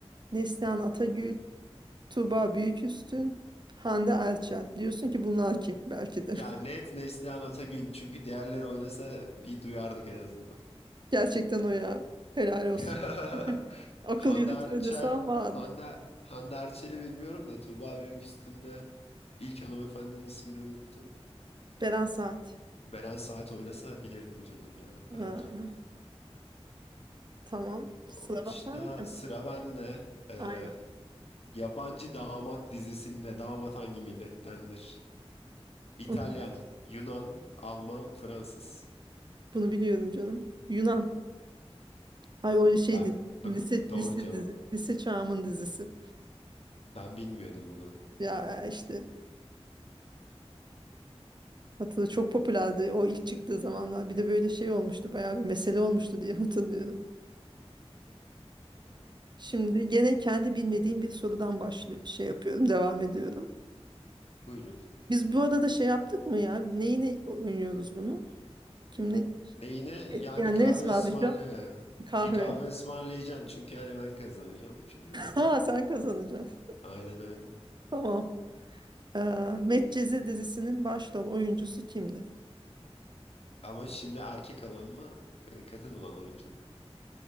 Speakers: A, on the right; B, on the left.
A: Neslihan Atagül, Tuğba Büyüküstün, Hande Erçel. Diyorsun ki bunlar kim? Belki de.
B: Ya net Neslihan Atagül çünkü diğerleri oynasa bir duyardık en azından.
A: <laughs> Gerçekten o ya. Helal olsun.
B: <laughs>
A: Akıl
B: Hande
A: yürütme
B: Erçel,
A: desem vardı.
B: Hande, Hande Erçel'i bilmiyorum da Tuğba Büyüküstün'de ilk hanımefendinin ismini unuttum.
A: Beren Saat.
B: Beren Saat oynasa bilirdim canım ya o kadar.
A: Ha, tamam. Sıra
B: Onun dışında
A: bak sende.
B: sıra bende. Ee,
A: Aynen.
B: Yabancı Damat dizisinde damat hangi millettendir? İtalyan,
A: Onu,
B: Yunan, Alman, Fransız.
A: bunu biliyorum canım. Yunan. Ay o şeydi.
B: Ben b-
A: Lise,
B: doğru
A: lise
B: cevap.
A: dizi. Lise çağımın dizisi.
B: Ben bilmiyordum bunu.
A: Ya işte hatırla çok popülerdi o ilk çıktığı zamanlar. Bir de böyle şey olmuştu. Bayağı bir mesele olmuştu diye hatırlıyorum. Şimdi gene kendi bilmediğim bir sorudan başlı şey yapıyorum, devam ediyorum.
B: <laughs> Buyurun.
A: Biz bu arada şey yaptık mı ya? Neyine oynuyoruz bunu? Kim ne?
B: Neyine? Yani
A: E, Yani
B: bir kahve
A: ne ısmarlayacağım?
B: ısmarla ya.
A: Kahve.
B: Bir kahve
A: <laughs>
B: ısmarlayacaksın çünkü hani ben kazanacağım şimdiden.
A: Ha sen kazanacaksın.
B: Aynen öyle.
A: Tamam. Ee, Medcezir dizisinin başrol oyuncusu kimdir?
B: Ama şimdi erkek olan mı, e, kadın olan oyuncu mu?